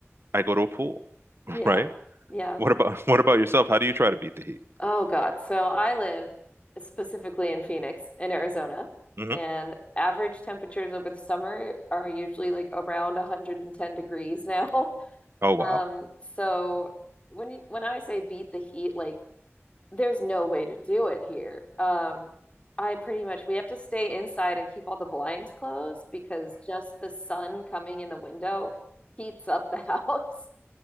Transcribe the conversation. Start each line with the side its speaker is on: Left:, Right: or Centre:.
Right: I go to a pool,
Left: Yeah.
Right: right?
Left: Yeah.
Right: What about <laughs> what about yourself? How do you try to beat the heat?
Left: Oh God. So I live specifically in Phoenix, in Arizona,
Right: hmm
Left: and average temperatures over the summer are usually like around 110 degrees now. <laughs>
Right: Oh wow.
Left: Um, so when you, when I say beat the heat, like there's no way to do it here. Um, I pretty much we have to stay inside and keep all the blinds closed because just the sun coming in the window heats up the <laughs> house.